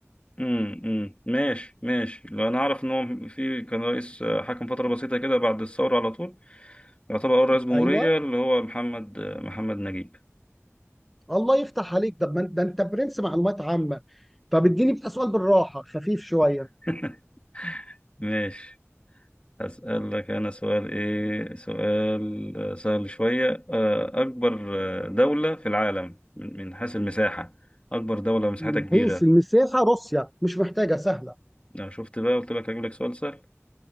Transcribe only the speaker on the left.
امم امم ماشي ماشي لو انا اعرف ان هو في كان رئيس آه، حكم فتره بسيطه كده بعد الثوره على طول يعتبر اول رئيس جمهوريه
اللي هو محمد آه، محمد نجيب
<laughs> ماشي هسأل لك انا سؤال ايه سؤال آه، سهل شويه آه، اكبر آه، دوله في العالم من من حيث المساحه اكبر دوله مساحتها
كبيره
انا شفت بقى قلت لك هجيب لك سؤال سهل